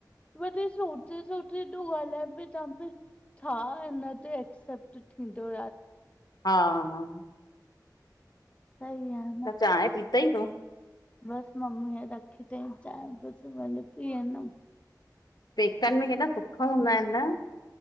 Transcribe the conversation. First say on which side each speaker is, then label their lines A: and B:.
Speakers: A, on the left; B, on the left.
A: वती सोचे -सचे हेॾो ॻाल्हाए पिई तवांखे छा हिन ते एक्सेप्ट थींदो।
B: हा -हा, ह
A: सही आहे न।
B: चांहि पीतई तूं
A: बस मम्मी रखी तई चांहि बस वञी पीअंदम।
B: पेकनि में केॾा सुख हूंदा आहिनि न,